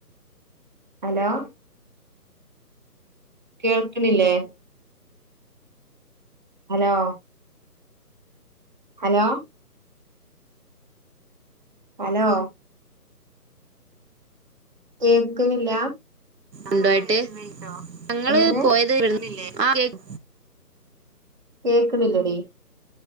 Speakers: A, on the right; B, on the right.
A: ഹലോ കേൾക്കണില്ലേ ഹലോ ഹലോ ഹലോ കേക്കുണില്ല
B: ഉണ്ടയിട്ട് ഞങ്ങള്
A: എങ്ങനെ
B: പോയത് ആഹ് കേൾക്
A: കേക്കണ ണ്ടടി